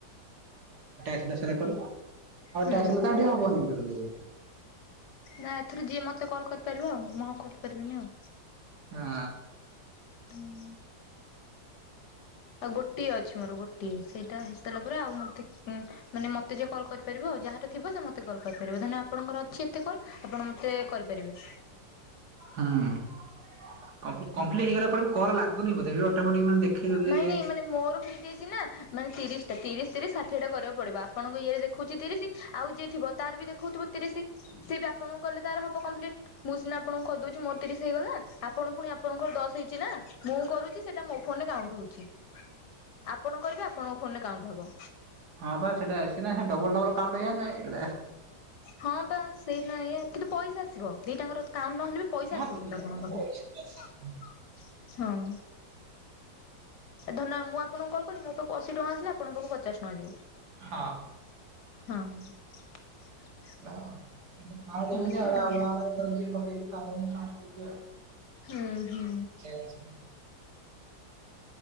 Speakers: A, on the right; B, on the left.
A: <unintelligible> କଥା ହବା
B: ହୁଁ
A: ଟାସ୍କ ତ ହବନି ଟୋଟାଲି।
B: ନା ଏଥିର ଯିଏ ମତେ କଲ୍ କରିପାରିବ ଆଉ ମୁଁ ଆଉ କରିପାରିବିନି ଆଉ।
A: ଆଁ।
B: ହୁଁ। ଆଉ ଗୋଟିଏ ଅଛି ମୋର ଗୋଟିଏ ସେଇଟା ହେଇାରା ପରେ ଆଉ ମତେ ମାନେ ମତେ ଯ କଲ୍ କରି ଆ ଯାହାର ଥିବ ସେ ମତେ କଲ୍ କରିପାରିବ ଧ ଆପଣଙ୍କର ଅଛି ଏତେ କଲ୍ ଆପଣ ମତେ କରିପାରିବେ।
A: ହୁଁ କମ୍ପ୍ଲିଟ ହେଇଗଲା ପରେ ବି କର ଲାଗୁନି ବୋଧେ ଅଟୋମେଟିକ ମାନେ ଦେଖେଇ ଦଉଛି ଯେ
B: ନାଇଁ ନାଇଁ ମାନେ ମୋର ହେଇଯାଇଛି ନା ମାନେ ତିରିଶ ଟା ତିରିଶ ରିଶ ଷାଠିଏ ଟାକୁ ପଡିବ ଆପଣଙ୍କ ଇଏରେ ଦେଖୁଛି ତିରିଶ ଆଉ ଯିଏ ଥିବ ତାର ବି ଦେଖଉଥିବ ତିରିଶ ସିଏ ବି ଆପଣଙ୍କୁ କହିଲେ ତାର ହବ କମ୍ପ୍ଲିଟ୍। ମୁଁ ସିନା ଆପଣଙ୍କୁ କହିଦଉଛି ମୋର ତିରିଶ ହେଇଗଲା ଆପଣ ପୁଣି ଆପଣଙ୍କର ଦଶ ହେଇଛି ନା ମୁଁ କରୁଛି ସେଇଟା ମୋ ଫୋନ ରେ କାଉଣ୍ଟ ହଛି ଆପଣ କରିବେ ଆପଣଙ୍କ ଫୋନରେ କାଉଣ୍ଟ ହବ।
A: ହଁ ବା ସେଟା ସେ ଡବଲ ଡବଲ କାଉଣ୍ଟଇଆନ୍ତା ଏଇଟା
B: ହଁ ବା ସେଇଟ ଆା କିନ୍ତୁ ପଇସା ଆସିବ ଦିଟାଙ୍କର କାମ ନହଲେ ବି ପଇସା
A: ହଁ
B: ଆସିବ
A: ଦିଟା
B: କିନ୍ତୁ ଆପଣଙ୍କ
A: ଯାକ
B: ପାଖକୁ
A: ପଇସା ତ ଆସିବ।
B: ହଁ। ଏ ଧନ ମୁଁ ଆପଣଙ୍କୁ କଲ କଲି ମୋ ପାଖକୁ ଅଶୀ ଟଙ୍କା ଆସିଲା ଆପଣଙ୍କ ପାକୁ ପଚାଶ ଟଙ୍କା ଯିବ।
A: ହଁ।
B: ହଁ। <inaudible>
A: <unintelligible>
B: ଏମିତି ଆଉ। ହୁଁ ହୁଁ
A: ଚେଞ୍ଜ।